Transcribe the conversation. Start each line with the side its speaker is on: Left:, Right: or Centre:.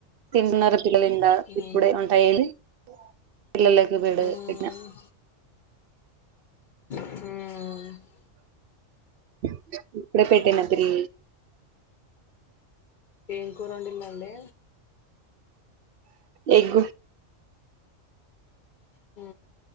Right: తింటున్నారు పిల్లలు ఇంద
Left: ఉమ్
Right: ఇప్పుడే వంట అయ్యింది పిల్లలకి పెడు
Left: ఉమ్
Right: పెట్నా
Left: ఊ
Right: ఇప్పుడే పెట్టిన త్రీ
Left: ఏం కూర వండిల్లు అల్లి
Right: ఎగ్
Left: ఉ